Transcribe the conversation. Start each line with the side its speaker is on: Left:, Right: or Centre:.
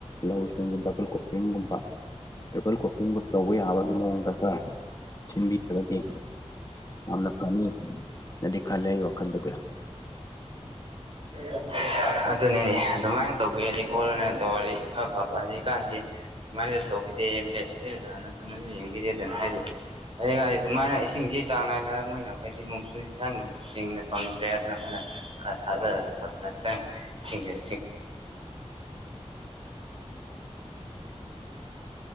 Left: ꯂꯧꯁꯤꯡ ꯗꯕꯜ ꯀ꯭ꯔꯣꯄꯤꯡꯒꯨꯝꯕ ꯇꯔꯤꯄꯜ ꯀꯣꯛ ꯀꯨꯝꯕ ꯇꯧꯕ ꯌꯥꯕꯒꯤ ꯃꯑꯣꯡꯗ ꯈꯔ ꯁꯤꯟꯕꯤꯔꯒꯗꯤ ꯌꯥꯝꯅ ꯐꯅꯤ ꯅꯗꯤ ꯈꯜꯂꯦ ꯑꯩ ꯋꯥꯈꯜꯗꯗꯤ꯫
Right: <inaudible> ꯑꯗꯨꯅꯤꯅꯦ ꯑꯗꯨꯃꯥꯏꯅ ꯇꯧꯕꯤꯔꯗꯤ ꯈꯣꯠꯂꯨꯅ ꯇꯧꯔꯗꯤ ꯏꯐ ꯐꯕ ꯍꯧꯖꯤꯛꯀꯥꯟꯁꯤ ꯑꯗꯨꯃꯥꯏꯅꯁꯨ ꯇꯧꯕꯤꯗꯦ ꯑꯦꯝ ꯑꯦꯜ ꯑꯦꯁꯤꯡꯁꯤꯗꯁꯨ ꯍꯟꯅ ꯊꯨꯅꯁꯨ ꯌꯦꯡꯕꯤꯗ‌ꯦꯗ ꯅ ꯍꯥꯏꯔꯤ ꯑꯩ ꯍꯥꯏ ꯑꯗꯨꯃꯥꯏꯅ ꯏꯁꯤꯡꯁꯤ ꯆꯥꯡ ꯅꯥꯏꯅ ꯃꯣꯏꯅꯕ ꯍꫭꯏꯗꯤ ꯅꯣꯡꯆꯨꯁꯤ ꯁꯪꯉꯤ ꯆꯤꯡꯅ ꯐꯪꯗ꯭ꯔꯦ ꯑꯗꯨꯅ ꯃꯣꯏꯅ ꯈꯔ ꯊꯥꯗꯔ ꯈꯣꯠꯅ ꯈꯤꯇꯪ <inaudible> <inaudible> ꯇꯅ